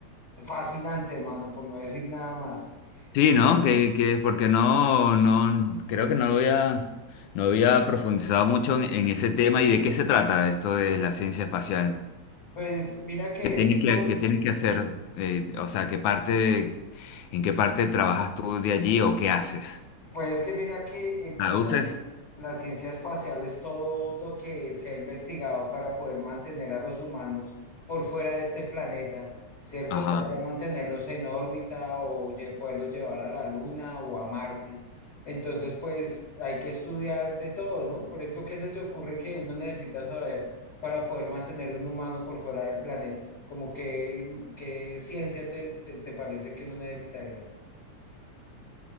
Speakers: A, on the left; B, on the left.
A: fascinante, hermano, por no decir nada más.
B: Sí,
A: Y
B: ¿no? Que, que es porque no, no, creo que no había, no había profundizado mucho en, en ese tema y de qué se trata esto de la ciencia espacial.
A: Pues mira que
B: ¿Qué tienes
A: es
B: que,
A: todo,
B: qué tienes que hacer? Eh, o sea, ¿qué parte, en qué parte trabajas tú de allí o qué haces?
A: pues que mira que eh,
B: ¿Traduces?
A: como la, ci- la ciencia espacial es todo lo que se ha investigado para poder mantener a los humanos por fuera de este planeta, ¿cierto?
B: Ajá.
A: Ya sea mantenerlos en órbita o lle- poderlos llevar a la Luna o a Marte. Entonces, pues hay que estudiar de todo, ¿no? Por ejemplo, ¿qué se te ocurre que uno necesita saber para poder mantener un humano por fuera del planeta? Como que, ¿qué ciencia te, te te parece que uno necesitaría?